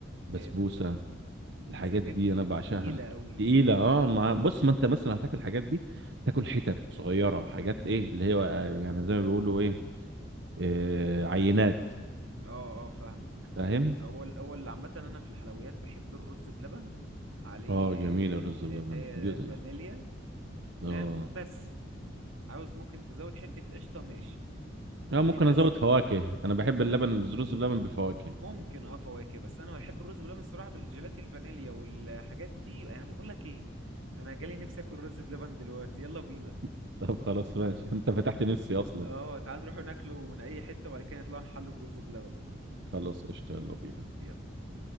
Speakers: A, on the right; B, on the right.
A: جامد
B: بسبوسة
A: ده برضو
B: الحاجات
A: بس حاجات
B: دي
A: تي-
B: أنا بعشقها
A: تقيلة قوي
B: تقيلة
A: يعني
B: اه مع بص ما انت مثلا هتاكل الحاجات دي تاكل حتت صغيرة حاجات ايه اللي هي يعني زي ما بيقولوا ايه آه عينات
A: اه اه فاهمك
B: فاهم
A: اول اول عامة انا في الحلويات بحب الرز بلبن عليه
B: اه جميل الرز
A: جيلاتية
B: بلبن جزء
A: فانيليا
B: اه
A: فاهم بس عاوز ممكن تزود حتة قشطة ماشي
B: اه
A: فاهمني
B: ممكن
A: بس
B: ازود فواكه انا بحب اللبن الرز بلبن بفواكه
A: ممكن اه فواكه بس انا بحب الرز بلبن الصراحه بالجيلاتي الفانيليا والحاجات دي انا بقول لك ايه انا جالي نفسي اكل رز بلبن دلوقتي يلا بينا
B: <laughs> طب خلاص ماشي انت فتحت نفسي اصلا
A: اه تعال نروح ناكله من اي حته وبعد كده نطلع نحله برز بلبن
B: خلاص قشطة يلا بينا
A: يلا بينا